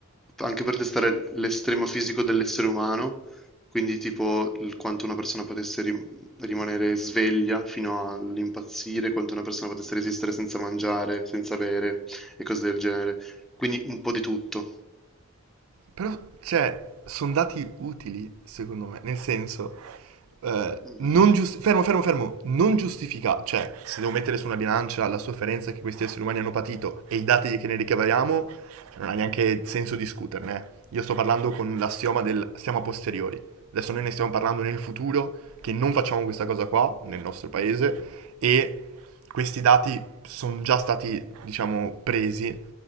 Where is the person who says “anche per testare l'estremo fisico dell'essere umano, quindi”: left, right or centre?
Centre